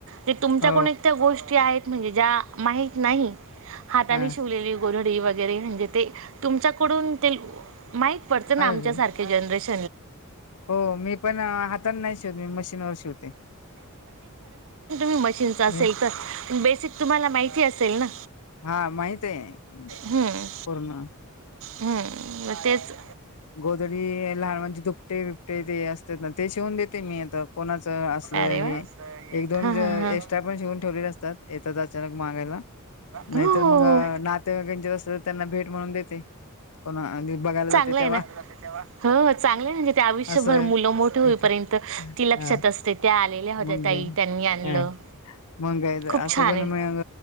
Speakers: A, on the right; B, on the left.
A: ते तुमच्या
B: हो,
A: कोण त्या गोष्टी आहेत म्हणजे ज्या माहीत नाही हाताने
B: हां.
A: शिवलेली गोधडी वगैरे म्हणजे ते तुमच्याकडून ते माहित
B: अरे!
A: आमच्यासारख्या जनरेशन
B: हो मी पण हाताने नाही शिवत मी मशीन वर शिवते.
A: मशीन असेल
B: हं.
A: तर बेसिक तुम्हाला माहिती असेल ना?
B: हा माहित आहे
A: हं,
B: पूर्ण
A: हं. मग तेच
B: गोदडी लहान म्हणजे दुपटे बिपटे ते असतात ना ते शिवून देते मी आता कोणाच असलं
A: अरे
B: हे.
A: वा
B: एक दोन
A: हा
B: एक्स्ट्रा
A: हा हा
B: पण शिवून ठेवले असतात येतच अचानक मागायला.
A: हो
B: नाहीतर
A: हो
B: मग
A: हो
B: नाते अस तर त्यांना भेट म्हणून देते कोणा बघायला जाते.
A: चांगले
B: तेव्हा.
A: ना म्हणजे हो आयुष्यभर
B: असं आहे
A: मुलं मोठ होईपर्यंत
B: इथे. हां,
A: लक्षात
B: हां.
A: त्या आलेल्या होत्या
B: मग
A: तई
B: काय
A: त्यांनी आणलं
B: काय? मग काय तर
A: खूप
B: असं
A: छान
B: पण
A: आहे.
B: मग